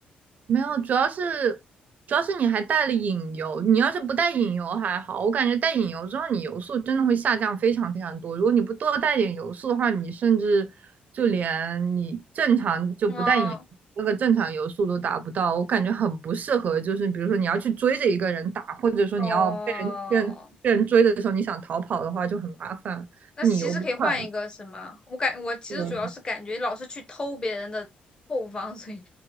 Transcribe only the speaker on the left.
嗯，
哦，
那其实可以换一个，
是吗？我感我其实主要是感觉老是去偷别人的后方，
所以